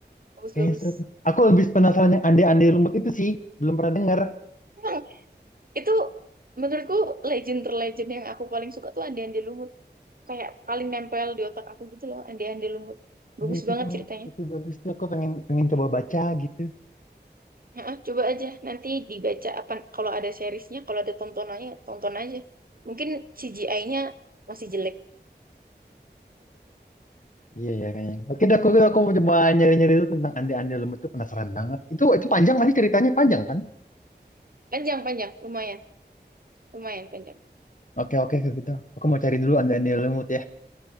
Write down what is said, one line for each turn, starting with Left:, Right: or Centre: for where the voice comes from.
Right: bagus-bagus
Left: kayaknya seru tuh. Aku lebih penasaran yang ande-ande lumut itu sih, belum pernah dengar.
Right: Emang itu menurutku legend terlegend yang aku paling suka tuh Andi Andi Lumut kayak paling nempel di otak aku gitu loh Andi Andi Lumut bagus
Left: Iya itu
Right: banget
Left: tuh,
Right: ceritanya
Left: itu bagus tuh. Aku pengen pengen coba baca gitu.
Right: Heeh, coba aja nanti dibaca apa kalau ada seriesnya kalau ada tontonannya tonton aja mungkin CGI-nya masih jelek
Left: Iya ya kayaknya. Oke, dah, aku aku mau coba nyari-nyari dulu tentang ande-ande lumut itu penasaran banget. Itu itu panjang masih ceritanya panjang kan?
Right: panjang panjang lumayan lumayan panjang
Left: Oke oke kalau gitu. Aku mau cari dulu ande-ande lumut ya.